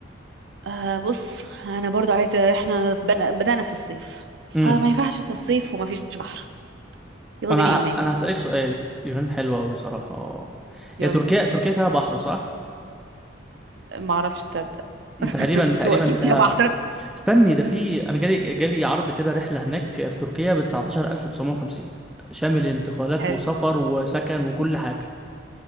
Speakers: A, on the right; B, in the centre.
A: آه بص انا برضو عايزه احنا بن- بدأنا في الصيف فما
B: امم
A: ينفعش في الصيف وما فيش بحر يلا
B: انا
A: بينا يونان
B: انا هسألك سؤال اليونان حلوة قوي صراحة
A: <laughs> يلا
B: هي تركيا تركيا فيها بحر صح
A: ما اعرفش تصدق <laughs>
B: تقريبا
A: بس
B: تقريبا
A: هو اكيد
B: فيها
A: فيها بحر
B: استني ده في انا جالي جالي عرض كده رحله هناك في تركيا ب 19950 شامل انتقالات
A: حلو
B: وسفر وسكن وكل حاجه